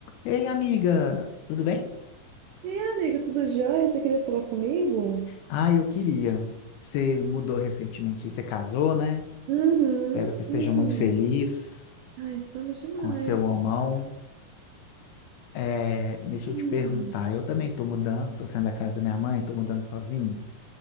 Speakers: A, on the left (about 80°); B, on the right (about 80°).
A: Ei, amiga, tudo bem?
B: E aí, amiga, tudo jóia? Você queria falar comigo?
A: Ah, eu queria. Você mudou recentemente, aí você casou, né?
B: Uhum,
A: Espero que esteja
B: hum.
A: muito feliz
B: Ai, estamos demais.
A: com seu homão. É, deixa
B: Hum.
A: eu te perguntar, eu também estou mudando, estou saindo da casa da minha mãe, estou mudando sozinho.